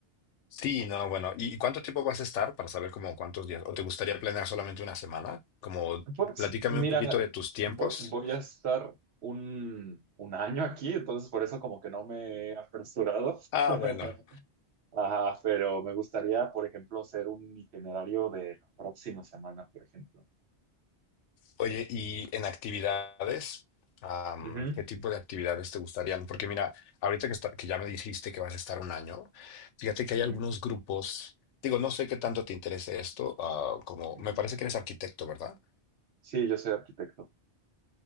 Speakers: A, on the left; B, on the right.
A: Sí, no, bueno. ¿Y cuánto tiempo vas a estar para saber como cuántos días? ¿O te gustaría planear solamente una semana? Como
B: Pues
A: platícame
B: mira,
A: un poquito de tus tiempos.
B: vo- voy a estar un, un año aquí, entonces por eso como que no me he apresurado.
A: Ah,
B: <laughs>
A: bueno.
B: Ajá, pero me gustaría, por ejemplo, hacer un itinerario de la próxima semana, por ejemplo.
A: Oye, ¿y en actividades? Am,
B: Ujú,
A: ¿qué tipo de actividades te gustarían? Porque mira, ahorita que, está- que ya me dijiste que vas a estar un año, fíjate que
B: ujú,
A: hay algunos grupos, digo, no sé qué tanto te interese esto, ah, como
B: ujú.
A: me parece que eres arquitecto, ¿verdad?
B: Sí, yo soy arquitecto.